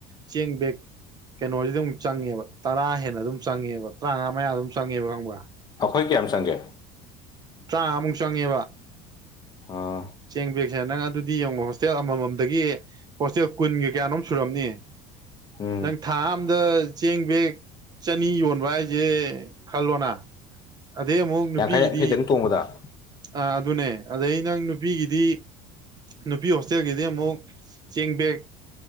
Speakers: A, on the right (about 25°); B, on the left (about 25°).
A: ꯆꯦꯡ ꯕꯦꯛ ꯀꯩꯅꯣꯖꯤꯗꯨꯝ ꯆꯪꯉꯦꯕ ꯇꯔꯥ ꯍꯦꯟꯅ ꯑꯗꯨꯝ ꯆꯪꯉꯦꯕ ꯇ꯭ꯔꯥꯉꯥ ꯃꯌꯥ ꯑꯗꯨꯝ ꯆꯪꯉꯦꯕ ꯈꯪꯕ꯭ꯔꯥ
B: ꯑꯩꯈꯣꯏ ꯀꯌꯥꯝ ꯆꯪꯒꯦ
A: ꯇ꯭ꯔꯥꯉꯥꯃꯨꯛ ꯆꯪꯉꯦꯕꯥ
B: ꯑꯥ
A: ꯆꯦꯡ ꯕꯦꯛꯁꯦ ꯅꯪ ꯑꯗꯨꯗꯤ ꯌꯦꯡꯉꯣ ꯍꯣꯁꯇꯦꯜ ꯑꯃꯃꯝꯗꯒꯤ ꯍꯣꯁꯇꯦꯜ ꯀꯨꯟꯒ ꯀꯌꯥꯅꯣꯝ ꯁꯨꯔꯝꯅꯤ
B: ꯎꯝ
A: ꯅꯪ ꯊꯥ ꯑꯝꯗ ꯆꯦꯡ ꯕꯦꯛ ꯆꯅꯤ ꯌꯣꯟꯕ ꯍꯥꯏꯖꯦ ꯈꯜꯂꯣꯅ ꯑꯗꯩ ꯑꯃꯨꯛ ꯅꯨꯄꯤꯒꯤꯗꯤ
B: ꯌꯥꯡꯈꯩ ꯌꯥꯡꯈꯩꯗꯪ ꯇꯣꯡꯕꯗ
A: ꯑꯥ ꯑꯗꯨꯅꯦ ꯑꯗꯩ ꯅꯪ ꯅꯨꯄꯤꯒꯤꯗꯤ ꯅꯨꯄꯤ ꯍꯣꯁꯇꯦꯜꯒꯤꯗꯤ ꯑꯃꯨꯛ ꯆꯦꯡ ꯕꯦꯛ